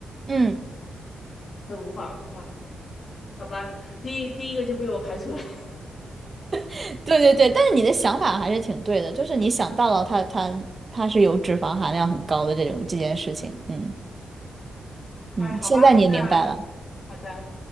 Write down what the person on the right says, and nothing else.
嗯，
<laughs> 对对对，但是你的想法还是挺对的，就是你想到了它它它是有脂肪含量很高的这种这件事情。嗯
嗯，
现在你也明白了。